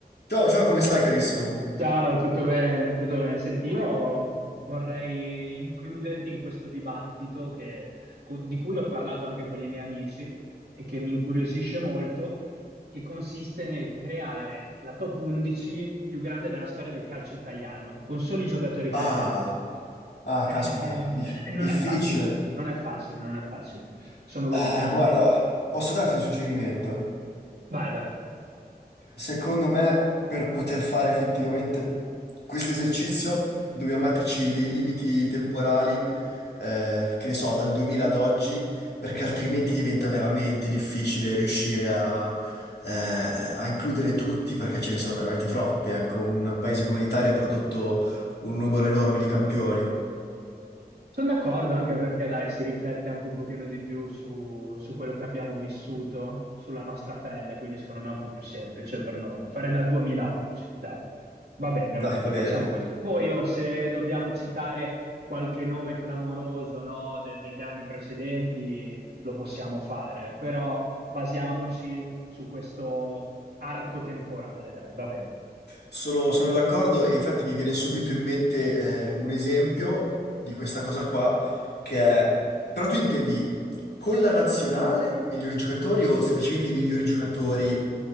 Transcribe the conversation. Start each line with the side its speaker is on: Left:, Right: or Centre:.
Left: Ciao, ciao, come stai carissimo?
Right: Ciao, tutto bene? Tutto bene. Senti, io vorrei includerti in questo dibattito che- co- di cui ho parlato anche con i miei amici e che mi incuriosisce molto, che consiste nel creare la top 11 più grande della storia del calcio italiano, con soli giocatori italiani.
Left: Ah, ah,
Right: Eh,
Left: caspita, dif-
Right: non
Left: difficile.
Right: è facile, non è facile, non è facile. Sono così
Left: Eh,
Right: tanti.
Left: guarda, posso darti un suggerimento?
Right: Vai, vai.
Left: Secondo me, per poter fare effettivamente questo esercizio, dobbiamo metterci dei limiti temporali, eh, che ne so, dal 2000 ad oggi, perché altrimenti diventa veramente difficile riuscire a, eh, a includere tutti, perché ce ne sono veramente troppi. Ecco, un paese come l'Italia ha prodotto un numero enorme di campioni.
Right: Sono d'accordo anche perché dai, si riflette anche un pochino di più su, su quello che abbiamo vissuto, sulla nostra pelle, quindi secondo me è un po' più semplice per noi. Fare dal 2000 a oggi, dai. Va bene,
Left: Dai,
Right: va bene,
Left: va bene.
Right: facciamo così. Poi oh, se dobbiamo citare qualche nome clamoroso, no, de- degli anni precedenti, lo possiamo fare, però basiamoci su questo arco temporale, dai, va bene.
Left: Sono, sono d'accordo e infatti mi viene subito in mente eh, un esempio di questa cosa qua, che è... Però tu intendi con la nazionale migliori giocatori o semplicemente i migliori giocatori